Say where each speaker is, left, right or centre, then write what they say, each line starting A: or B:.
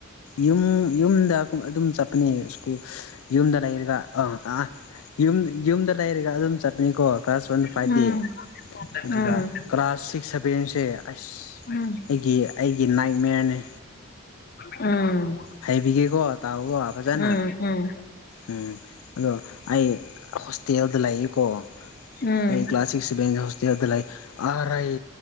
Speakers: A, on the left; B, on the left.
A: ꯌꯨꯝ ꯌꯨꯝꯗ ꯑꯗꯨꯝ ꯆꯠꯄꯅꯦ ꯁꯀꯨꯜ ꯌꯨꯝꯗ ꯂꯩꯔꯒ ꯑ ꯑꯥ ꯌꯨꯝ ꯌꯨꯝꯗ ꯂꯩꯔꯒ ꯑꯗꯨꯝ ꯆꯠꯄꯅꯤꯀꯣ ꯀ꯭ꯂꯥꯁ ꯋꯥꯟ ꯐꯥꯏꯚꯗꯤ
B: ꯎꯝ
A: ꯑꯗꯨꯒ
B: ꯎꯝ
A: ꯀ꯭ꯂꯥꯁ ꯁꯤꯛꯁ ꯁꯚꯦꯟꯁꯦ ꯑꯁ
B: ꯎꯝ
A: ꯑꯩꯒꯤ ꯑꯩꯒꯤ ꯅꯥꯏꯛ ꯃꯌꯔꯅꯦ
B: ꯎꯝ
A: ꯍꯩꯕꯤꯒꯦꯀꯣ ꯇꯥꯕꯀꯣ ꯐꯖꯅ
B: ꯎꯝ ꯎꯝ
A: ꯎꯝ ꯑꯗꯣ ꯑꯩ ꯍꯣꯁꯇꯦꯜꯗ ꯂꯩꯌꯦꯀꯣ
B: ꯎꯝ
A: ꯑꯩ ꯀ꯭ꯂꯥꯁ ꯁꯤꯛꯁ ꯁꯚꯦꯟꯗ ꯍ ꯁ ꯑꯗꯨꯗ ꯂꯩꯥ ꯑꯔꯩ